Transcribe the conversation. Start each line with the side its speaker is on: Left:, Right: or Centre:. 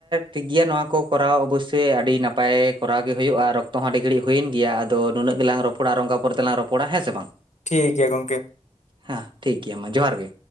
Right: ᱴᱷᱤᱠ ᱜᱮᱭᱟ ᱱᱚᱣᱟ ᱠᱚ ᱠᱚᱨᱟᱣ ᱚᱵᱚᱥᱥᱳᱭ ᱟᱹᱰᱤ ᱱᱟᱯᱟᱭᱠᱚᱨᱟᱣ ᱜᱮ ᱦᱩᱭᱩᱜᱼᱟ ᱟᱨᱚ᱾ ᱚᱠᱛᱚ ᱦᱚᱸ ᱟᱸᱰᱤ ᱜᱷᱲᱤᱡ ᱦᱩᱭᱮᱱ ᱜᱮᱭᱟ ᱟᱫᱚ ᱱᱩᱱᱟᱹᱜ ᱜᱮᱞᱟᱝ ᱨᱚᱯ ᱯᱚᱲᱟ ᱟᱨᱦᱚᱸ ᱚᱱᱠᱟ ᱯᱚᱨᱮ ᱛᱮᱞᱟᱝ ᱨᱚᱯᱚᱲᱟ ᱦᱮᱸ ᱥᱮ ᱵᱟᱝ
Left: ᱴᱷᱤᱠ ᱜᱮᱭᱟ ᱜᱚᱝᱠᱮ
Right: ᱦᱮᱸ ᱴᱷᱤᱠ ᱜᱮᱭᱟ ᱢᱟ ᱡᱚᱦᱟᱨ ᱜᱮ᱾